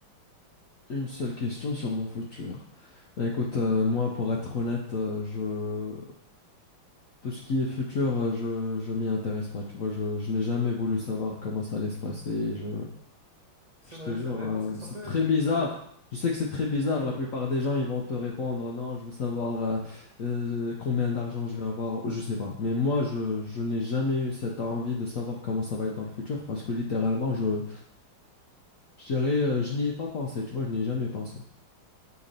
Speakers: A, on the left; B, on the right.
A: Une seule question sur mon futur. Ben écoute, euh, moi, pour être honnête, euh, je... tout ce qui est futur, euh, je, je m'y intéresse pas. Tu vois, je, je n'ai jamais voulu savoir comment ça allait se passer. Je...
B: C'est
A: Je te
B: vrai,
A: jure,
B: c'est vrai,
A: euh,
B: parce que ça
A: c'est
B: peut
A: très
B: être
A: bizarre.
B: une... euh,
A: Je sais que c'est très bizarre.
B: Oui,
A: La plupart des gens, ils vont te répondre, non, je veux savoir euh, euh, combien d'argent je vais avoir. Je sais pas. Mais moi, je, je n'ai jamais eu cette envie de savoir comment ça va être dans le futur parce que littéralement, je, je dirais, euh, je n'y ai pas pensé. Tu vois, je n'y ai jamais pensé.